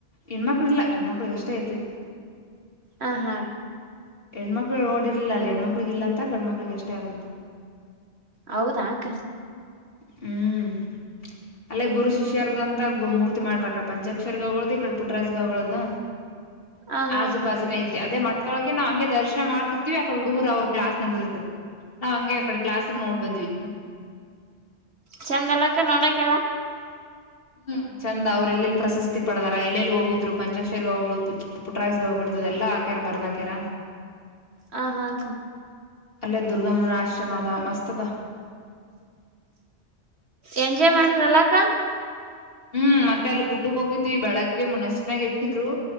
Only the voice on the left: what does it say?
ಹೆಣ್ಮಕ್ಳು ಇಲ್ಲ ಗಣ್ಮಕ್ಳಿಗೆ ಎಷ್ಟ ಇರ್ತೈತಿತಿ
ಹೆಣ್ಮಕ್ಳು ನೋಡಿರ್ಲಿಲ್ಲ ಅಲ್ಲಿ ಹೆಣ್ಮಕ್ಳಿಗ್ ಇಲ್ಲಂತ ಗಂಡ್ಮಕ್ಳಿಗೆ ಅಷ್ಟೇ ಆದಂತ
ಹ್ಮ್ ಅಲ್ಲೇ ಗುರು ಶಿಷ್ಯರದ ಅಂತ ಗ ಮೂರ್ತಿ ಮಾಡ್ರ ಅಕಡೆ ಪಂಚಾಕ್ಷರ ಗವುಗಳ್ದ ಈ ಕಡೆ ಪುಟ್ಟರಾಜ್ ಗವುಗಳ್ದ
ಆಜು
ಬಾಜಿನ ಐತೆ ಅದೇ ಮ ಅದೊಳಗೆಾವವು ಹಂಗೆ ದರ್ಶನ ಮಾಡ್ತಿರ್ತಿವಿ ಅಕ್ಕಡೆ ಹುಡುಗರು ಅವ್ರ ಕ್ಲಸ್ ನಡೆದಿರ್ತದ ನಾವವು ಹಂಗೆ ಕಡೆ ಕ್ಲಾಸ್ ನೋಡ್ ಬಂದ್ವಿ
ಹ್ಮ್ ಚಂದ ಅವ್ರೆಲ್ಲಿೆಲ್ಲಿ ಪ್ರಶಸ್ತಿ ಪಡದಾರ ಎಲ್ಲೆಲ್ಲಿ ಹೋಗಿದ್ರು ಪಂಚಾಕ್ಷರ್ ಗಾವು್ಗಳು ಪು ಪುಟರಾಯ್ ಗಾವು್ಗಳ್ದದೆಲ್ಲಾ ಹಾಕ್ಯಾರ ಬರ್ದಾಕ್ಯಾರ
ಅಲ್ಲೇ ದುರ್ಗಮ್ಮುನ ಆಶ್ರಮದ ಮಸ್ತದ
ಹ್ಮ್ ಮತ್ತೆ ಅಲ್ಲಿ ಗುಡ್ಡಕ್ ಹೋಗಿದ್ವಿ ಬೆಳಗ್ಗೆ ಮುನಶನಾಗ ಎಬ್ಸಿದ್ರು